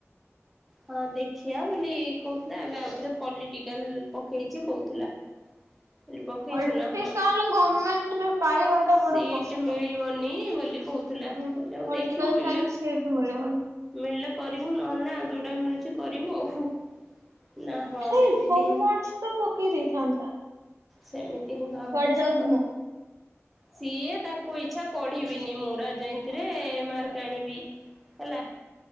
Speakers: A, in the centre; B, on the right (about 80°).
A: ହଁ ଦେଖିଆ ବୋଲି କହୁଥିଲା ଏବେ ଆଉଥରେ ପଲିଟିକାଲ ପକେଇଛି କହୁଥିଲା। କଲି ପକେଇଛୁ
B: ଅଲଟିକାଲ
A: ନା ହଁ।
B: <unintelligible>
A: ସିଟି
B: ବଡ କଷ୍ଟ।
A: ମିଳିବନି ବୋଲି କହୁ ଥିଲା
B: ହୁଁ
A: ମୁଁ କହିଲି ହଉ
B: ପଲିଟିକାଲ
A: ଦେଖିବୁ ମିଳୁ।
B: ସାଇନ୍ସ ସେଇଠୁ ମିଳିବନି
A: ମିଳିଲେ କରିବୁ ନହେଲେ ନାଇଁ ଆଉ ଯୋଉଟା ମିଳୁଛି କରିବୁ ଆଉ ହୁଁ ନା। ହଁ
B: ଏଇ
A: ସେମିତି
B: କମର୍ସ
A: ହିଁ
B: ତ ପକେଇ ଦେଇଥାନ୍ତା।
A: ସେମିତି ହିଁ ଭାବୁଛି
B: କୁଆଡେ ଯାଉଥୁମ?
A: କହି ସିଏ ତାକୁ ଇଚ୍ଛା ପଢିବିନି ମୁଁ ରାଜନିତି ରେ ମାର୍କ ଆଣିବି। ହେଲା